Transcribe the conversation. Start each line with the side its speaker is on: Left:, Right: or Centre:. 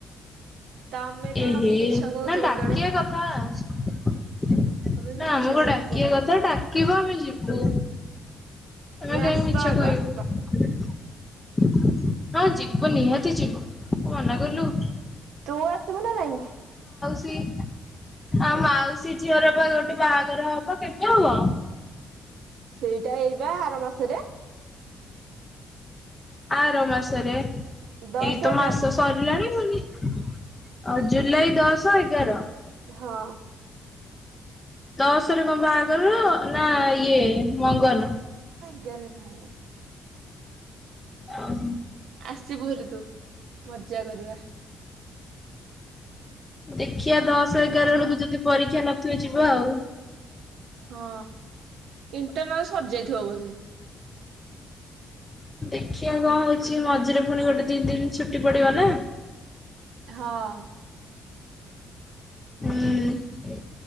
Right: ତମେ ତ
Left: ଏହ,
Right: ମିଛ କହୁଥିବ
Left: ନା ଡାକିଆ
Right: କାଳେ
Left: କଥା। ନା
Right: ତମେ ମିଛ
Left: ଆମକୁ
Right: କହୁଥିବ
Left: ଡାକିବା
Right: କାଳେ।
Left: କଥା, ଡାକିବା ଆମେ ଯିବୁ। ତମେ
Right: ଆସ
Left: <unintelligible>
Right: ଆଗ ଆସ
Left: କୁନିହାତି ଯିବ, କୁହନା ଗୁଲୁ! !
Right: ତୁ ଆସିବୁ ନା ନାଇଁ?
Left: <unintelligible> ଆଉ ମାଉସୀ ଝିଅର ବା ଗୋଟେ ବାହାଘର ହବ, କେବେ ହବ?
Right: ସେଇଟା ଏଇବା, ଆର ମାସରେ।
Left: ଆର ମାସରେ
Right: ଦଶ
Left: ଏଇତ
Right: ଏଗାର
Left: ମାସ ସରିଲାଣି ଜୁଲାଇ ଦଶ ଏଗାର
Right: ହଁ
Left: ଦଶରେ କଣ ବାହାଘର ନା ଇଏ ମଙ୍ଗନ?
Right: ଏଗାରେ ବାହାଘର
Left: ହଁ
Right: ଆସିବୁ ଭାରି ତୁ ମଜା କରିବା।
Left: ଦେଖିବା ଦଶ ଏଗାର ବେଳକୁ ଯଦି ପରୀକ୍ଷା ନଥିବେ ଯିବା ଆଉ।
Right: ହଁ ଇଣ୍ଟରନାଲ ସରିଯାଇଥିବ ବୋଧେ?
Left: ଦେଖିବା କଣ ହଉଛି, ମଝିରେ ପୁଣି ଗୋଟେ ଦି ଦିନ ଛୁଟି ପଡିବ ନା
Right: ହଁ
Left: ହୁଁ,